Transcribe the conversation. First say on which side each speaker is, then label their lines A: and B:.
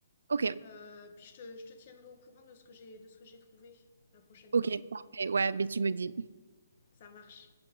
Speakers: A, on the right; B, on the left.
A: Ok,
B: Euh, puis je te, je te tiendrai au courant de ce que j'ai de ce que j'ai trouvé la prochaine
A: ok,
B: fois.
A: parfait. Ouais, mais tu me dis.
B: Ça marche.